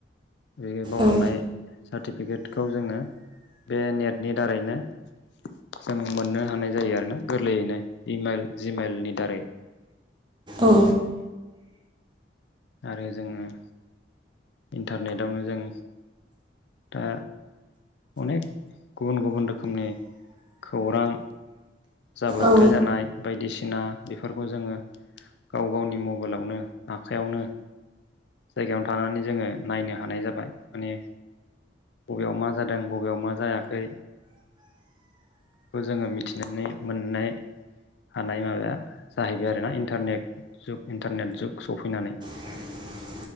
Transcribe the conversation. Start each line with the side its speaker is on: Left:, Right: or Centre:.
Left: बे बावलांनाय
Right: औ
Left: सार्टिफिकेटखौ जोंङो बे नेटनि दारैनो जों मोननो हानाय जायो आरोना। गोरलैयैनो इमल जिमलनि दारै।
Right: औ
Left: आरो जोंङो इन्टारनेटआवनो जों दा अनेक गुबुन गुबुन रोखोमनि खौरां जाब्रबथाय
Right: औ
Left: जानाय बायदिसिना बेफोरखौ जोंङो गाव गावनि मबाइलावनो आखाइयावनो जायगायावनो थानानै जोंङो नायनो हानाय जाबाय माने बबेयाव मा जादों बबेयाव मा जायाखै बेखौ जोंङो मिथिनानै मोननाय हानाय माबाया जाहैबाय आरोना इन्टारनेट जु इन्टारनेट जुग सफैनानै
Right: <inaudible>